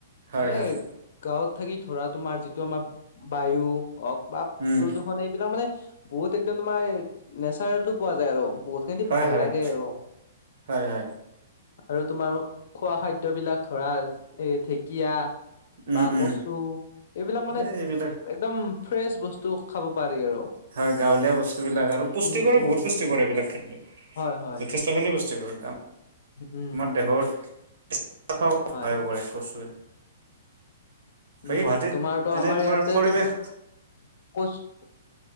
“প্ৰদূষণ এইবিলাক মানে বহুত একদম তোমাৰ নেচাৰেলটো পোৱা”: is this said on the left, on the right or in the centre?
Left